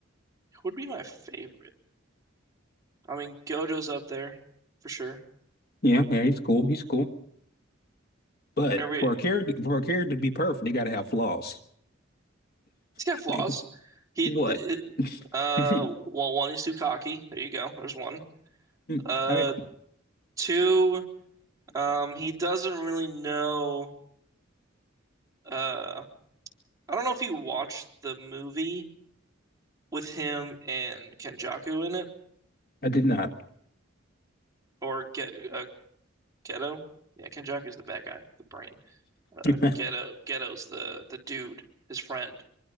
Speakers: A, on the right (about 15°); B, on the left (about 50°).
A: who would be my favorite? I mean, Gojo's up there for sure.
B: yeah, yeah. He's cool. He's cool. But
A: Every
B: for a character, for a character to be perfect, they gotta have flaws.
A: he's got
B: <laughs>
A: flaws. He,
B: What?
A: uh,
B: <laughs>
A: well,
B: I
A: one he's too cocky. There you go. There's one. Uh,
B: <laughs>
A: two. Um, he doesn't really know. Uh, I don't know if you watched the movie with him and Kenjaku in it,
B: I did not.
A: or get uh, Geto. Yeah, Kenjaku's the bad guy, the brain. Uh,
B: <laughs>
A: Geto, Geto's the the dude, his friend.